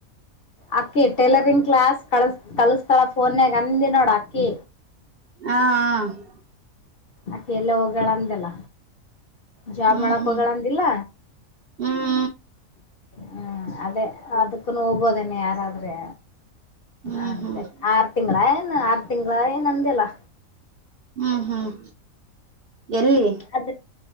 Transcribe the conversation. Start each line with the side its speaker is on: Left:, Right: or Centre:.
Left: ಆಕೀ ಟೇಲರಿಂಗ್ ಕ್ಲಾಸ್ ಕಳ ಕಲಿಸ್ತಾಳ ಫೊನ್ನಾಗ ಅಂದ ನೋಡ ಆಕೀ
Right: ಹಾ ಹ
Left: ಅಕೆ ಎಲ್ಲೋ ಹೋಗಳ ಅಂದಲ್ಲ ಜಾಬ್
Right: ಹ್ಮ್
Left: ಮಾಡಕ್
Right: ಹ್ಮ್
Left: ಹೋಗಳ ಅಂದಿಲ್ಲ
Right: ಹ್ಮ್
Left: ಹ್ಮ ಅದೇ ಅದಕ್ಕನು ಹೋಗ್ಬೋದೇನೆ ಯಾರಾದ್ರೆ
Right: ಹ್ಮ್
Left: ಅಂದೆ
Right: ಹ್ಮ್
Left: ಆರು ತಿಂಗಳ ಏನು ಆರು ತಿಂಗಳ ಏನ್ ಅಂದಿಲ್ಲಾ
Right: ಹ್ಮ್ ಹ್ಮ್ ಎಲ್ಲಿ
Left: ಅದ